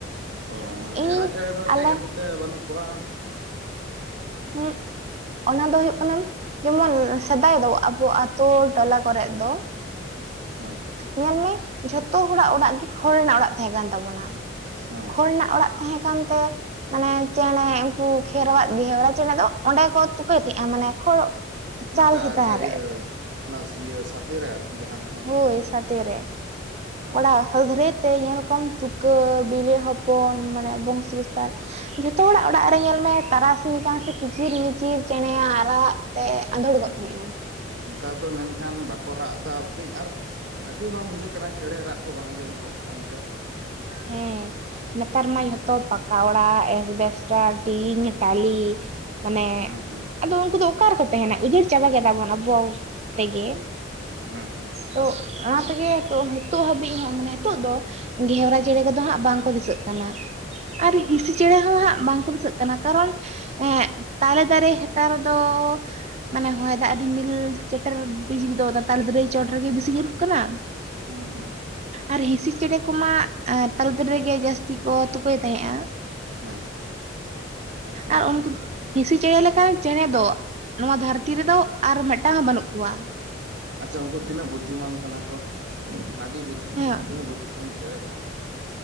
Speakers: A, on the right; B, on the right.
A: ᱚ
B: ᱤᱧ
A: ᱜᱷᱮᱣᱨᱟ ᱪᱮᱬᱮ ᱫᱚ
B: ᱟᱞᱮ
A: ᱪᱮᱫ ᱠᱷᱟᱹᱛᱤᱨ ᱛᱮ ᱵᱟᱹᱱᱩᱜ ᱠᱚᱣᱟ
B: ᱦᱩᱸᱜ ᱚᱱᱟ ᱫᱚ ᱦᱳᱭᱳᱜ ᱠᱟᱱᱟ ᱡᱮᱢᱚᱱ ᱥᱮᱫᱟᱭ ᱫᱚ ᱟᱵᱚ ᱟᱛ ᱴᱚᱞᱟ ᱠᱚᱨᱮᱜ ᱫᱚ
A: ᱦᱚᱸ
B: ᱧᱮᱞ ᱢᱮ ᱡᱷᱚᱛᱚ ᱦᱚᱲᱟᱜ ᱚᱲᱟᱜ ᱜᱮ ᱠᱷᱚᱲ ᱨᱮᱱᱟᱜ ᱚᱲᱟᱜ ᱛᱟᱦᱮ ᱠᱟᱱ ᱛᱟᱵᱚᱱᱟ
A: ᱦᱩᱸ
B: ᱚᱲ ᱨᱮᱱᱟᱜ ᱚᱲᱟᱜ ᱛᱟᱸᱦᱮ ᱠᱟᱱ ᱛᱮ ᱢᱟᱱᱮ ᱪᱮᱬᱮ ᱩᱱᱠᱩ ᱠᱷᱮᱨᱣᱟᱜ ᱜᱷᱮᱣᱨᱟ ᱪᱮᱬᱮ ᱫᱚ ᱚᱸᱰᱮ ᱠᱚ ᱛᱩᱠᱟᱹᱭ ᱛᱟᱦᱮᱸᱜᱼᱟ ᱢᱟᱱᱮ ᱠᱷᱚᱲ
A: ᱚᱱᱟ
B: ᱪᱟᱞ
A: ᱪᱟ
B: ᱪᱮᱛᱟᱱ
A: ᱪᱟ
B: ᱨᱮ
A: ᱤᱭᱟᱹ ᱚᱱᱟ ᱤᱭᱟᱹ ᱥᱟᱛᱮ ᱨᱮ ᱟᱨᱠᱤ ᱡᱟᱦᱟᱸ ᱫᱚ ᱦᱟᱸᱜ ᱵᱟᱝ
B: ᱦᱳᱭ ᱥᱟᱛᱮ ᱨᱮ
A: ᱦᱮᱸ
B: ᱠᱚᱲᱟ
A: ᱦᱮᱸ
B: ᱦᱟᱹᱞᱫᱲᱷᱨᱮ ᱛᱮ ᱧᱮᱞ ᱠᱚᱢ ᱛᱩᱠᱟᱹ ᱵᱤᱞᱮ ᱦᱚᱯᱚᱱ ᱢᱟᱱᱮ ᱵᱚᱝᱥᱚ ᱵᱤᱥᱛᱟᱨ ᱡᱷᱚᱛᱚ ᱦᱚᱲᱟᱜ ᱚᱲᱟᱜ ᱨᱮ ᱧᱮᱞ ᱢᱮ ᱛᱟᱨᱟᱥᱤᱧ ᱠᱟᱱ ᱥᱮ ᱠᱤᱪᱤᱨ ᱢᱤᱪᱤᱨ ᱪᱮᱬᱮ ᱟᱜ ᱨᱟᱜᱽ ᱛᱮ ᱟᱸᱫᱳᱲ
A: ᱦᱮᱸ
B: ᱜᱚᱫ
A: ᱦᱮᱸ
B: ᱢᱮᱭᱟ
A: ᱱᱮᱛᱟᱨ ᱫᱚ ᱢᱮᱱᱠᱷᱟᱱ ᱵᱟᱠᱚ ᱨᱟᱜ ᱫᱟ ᱠᱟᱹᱡ ᱟᱨ ᱵᱷᱟᱜᱮ ᱵᱟᱝ ᱵᱩᱡᱷᱟᱹᱜ ᱠᱟᱱᱟ ᱪᱮᱬᱮ ᱟᱜ ᱨᱟᱜ ᱠᱚ ᱵᱟᱝ ᱟᱸᱡᱚᱢ ᱠᱚᱜ ᱠᱟᱱᱛᱮ
B: ᱦᱮᱸ ᱱᱮᱛᱟᱨ ᱢᱟ ᱡᱷᱚᱛᱚ ᱯᱟᱠᱟ ᱚᱲᱟᱜ ᱮᱥᱵᱮᱥᱴᱟᱨ ᱴᱤᱧ ᱴᱟᱞᱤ ᱚᱱᱮ
A: ᱦᱮᱸ ᱦᱮᱸ
B: ᱟᱫᱚ ᱩᱱᱠᱩ ᱫᱚ ᱚᱠᱟ ᱨᱮᱠᱚ ᱛᱟᱦᱮᱱᱟ ᱩᱡᱟᱹᱲ ᱪᱟᱵᱟ ᱠᱮᱫᱟ ᱵᱚᱱᱵ ᱯᱚᱣ ᱛᱮᱜᱮ
A: ᱦᱮᱸ ᱦᱮᱸ
B: ᱛᱚ ᱚᱱᱟ ᱛᱮᱜᱮ ᱛᱚ ᱱᱤᱛᱚᱜ ᱦᱟᱹᱵᱤᱡ ᱦᱚᱸ ᱢᱟᱱᱮ ᱱᱤᱛᱚᱜ ᱫᱚ ᱜᱷᱮᱣᱨᱟ ᱪᱮᱬᱮ
A: ᱦᱮᱸ
B: ᱠᱚᱫᱚ ᱦᱟᱸᱜ ᱵᱟᱝᱠᱚ ᱫᱤᱥᱟᱹᱜ ᱠᱟᱱᱟ ᱟᱨ
A: ᱚ
B: ᱦᱤᱸᱥᱤ ᱪᱮᱬᱮ ᱦᱚᱸ ᱦᱟᱸᱜ ᱵᱟᱝᱠᱚ ᱫᱤᱥᱟᱹᱜ ᱠᱟᱱᱟ ᱠᱟᱨᱚᱱ ᱮᱸ ᱛᱟᱞᱮ ᱫᱟᱨᱮ ᱦᱮᱛᱟᱨ ᱫᱚ ᱢᱟᱱᱮ ᱦᱚᱭ ᱫᱟᱜ ᱫᱤᱢᱤᱞ ᱪᱮᱴᱮᱨ ᱵᱤᱡᱽᱞᱤ ᱫᱚ ᱛᱟᱞᱮ ᱫᱟᱨᱮ ᱪᱚᱴ ᱨᱮᱜᱮ ᱵᱮᱥᱤ ᱧᱩᱨᱩᱜ ᱠᱟᱱᱟ
A: ᱦᱩᱸ ᱦᱩᱸ
B: ᱟᱨ ᱦᱸᱤᱥᱤ ᱪᱮᱬᱮ ᱠᱚᱢᱟ ᱛᱟᱞᱮ ᱫᱟᱨᱮᱜᱮ ᱡᱟᱹᱥᱛᱤ ᱠᱚ ᱛᱩᱠᱟᱹᱭᱮᱜ ᱛᱟᱦᱮᱸᱜᱼᱟ
A: ᱦᱮᱸ ᱟᱪᱪᱷᱟ
B: ᱟᱨ
A: ᱟᱪᱪᱷᱟ
B: ᱩᱱᱠᱩ ᱦᱤᱸᱥᱤ ᱪᱮᱬᱮ ᱞᱮᱠᱟᱱ ᱪᱮᱬᱮ ᱫᱚ ᱱᱚᱣᱟ ᱫᱷᱟᱹᱨᱛᱤ
A: ᱦᱮᱸ
B: ᱨᱮᱫᱚ ᱟᱨ ᱢᱮᱫᱴᱟᱝ ᱦᱚᱸ ᱵᱟᱹᱱᱩᱜ ᱠᱚᱣᱟ
A: ᱟᱪᱪᱷᱟ ᱩᱝᱠᱩ ᱛᱤᱱᱟᱹᱜ ᱵᱩᱫᱽᱫᱷᱤᱢᱟᱱ ᱠᱟᱱᱟ ᱠᱚ ᱢᱟᱱᱮ ᱟᱹᱰᱤ ᱵᱩᱫᱽᱫᱷᱤ
B: ᱦᱮᱸ
A: ᱛᱤᱱᱟᱹᱜ ᱵᱩᱫᱷ ᱢᱟᱱ ᱪᱮᱬᱮ ᱠᱟᱱᱟ ᱠᱚ